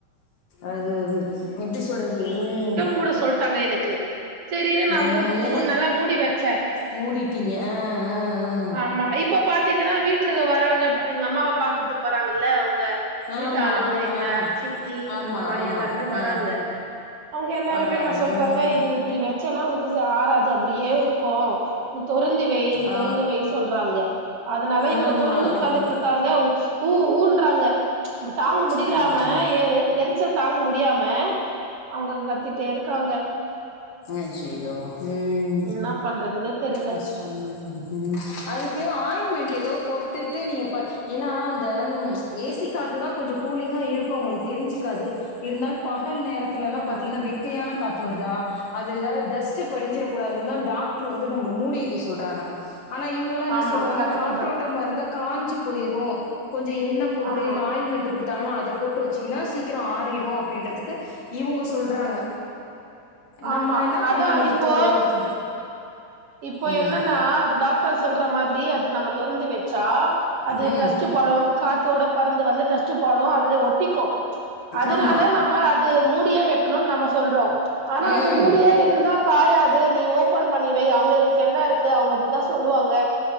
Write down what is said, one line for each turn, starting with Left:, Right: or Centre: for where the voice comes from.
Left: அது எப்டி சொல்ரது ம்
Right: கூட சொல்ட்டாங்க எனக்கு சரின்னு நான்
Left: ம்
Right: மு மூனு
Left: ஏன்னா
Right: நல்லா மூடி வச்ச
Left: மூடிட்டீங்க ஆ ஆ ஆ
Right: ஆமா இப்ப பாத்தீங்கன்னா வீட்டுல வரவங்க எங்க அம்மாவ பாக்கரத்துக்கு வராாங்கல்ல அவங்க ங்க
Left: ஆ
Right: வீட்டு
Left: ஆமா
Right: ஆளுங்க எங்க
Left: ஆ
Right: சித்தி
Left: ஆமா
Right: அந்த மாரி
Left: ஆமா
Right: எல்லாருமே வராங்க
Left: ஆ
Right: அவங்க எல்லாருமே
Left: வராங்க
Right: என்ன சொல்றாங்க
Left: ம்
Right: இது இப்படி வெக் சனா உனக்கு ஆறாது அப்படியே இருக்கும் நீ தொரந்து வை
Left: ஆ
Right: தொறந்து பொய் சொல்றாங்க அதனால இப்ப
Left: ஆமா
Right: தொரந்து
Left: ஆ
Right: உட்காந்துட்டுருக்க
Left: ஆ.
Right: காங்க ஊ ஊன்றாங்க தாங்க முடிலாம
Left: ஐயையோ
Right: ஏர் ஏர் எரிச்சல் தாங்க முடியாம அவங்க கத்திட்டே இருக்காங்க
Left: ஆச் ஐயோ உம்
Right: என்னா பண்றதுன்னே தெரில
Left: ஆச் சந்தந்தா ம் அதுக்கு ஆயின்மெண்ட் ஏதோ போட்டுட்டு நீங்க ப ஏனா அந்த ஏசி காத்து தா கொஞ்சோ கூலிங்கா இருக்கும் அவங்களுக்கு தெரிஞ்சுக்காது இருந்தாலு பஹல் நேரத்துலல்லா
Right: ஆமா
Left: பாத்தீங்கன்னா வெக் கையான காத்து வருதா அது எதாது டஸ்ட் படிஞ்சிர கூடாதுனு தான் டாக்டர் வந்து நம்மள மூடி வைக்க சொல்றாங்க ஆனா இவங்களா என்ன
Right: ஆமா
Left: சொல்றாங்க
Right: கரெக்ட்
Left: காற்றோட்டம
Right: தா
Left: இருந்தா காஞ்சு போயிரு கொஞ்ச என்ன போட்டு
Right: ஆமா
Left: இல்ல ஆயின்மென்ட் டாங்கனா அத போட்டு வச்சீங்கன்னா சீக்கிரோ ஆறிடு அப்படின்றதுக்கு இவுங்கோ சொல்றாங்க நம்ம
Right: ஆமா
Left: என்ன
Right: அதா
Left: பண்ணணு
Right: இப்போ
Left: ஸ்தோ தோ
Right: இப்போ
Left: ம்
Right: என்னன்னா டாக்டர் சொல்ற மாதிரி அது நம்ம தொருந்து வெ சா அது
Left: ம்
Right: டஸ்டு படும் காத்தோட பறந்து வந்து டஸ்ட் படு அதுல ஓ டீக்கும் அதனால
Left: ஆமா
Right: நம்ம அது மூடியே வைக்கணுனு நம்ம சொல்றோம் ஆனா
Left: ம்
Right: அது மூடியே இருந்தா காயாது நீ ஓபன் பண்ணிவை அவங்கலுக் கென்னருக்கு அவங்க அப்படித்தான் சொல்லுவாங்க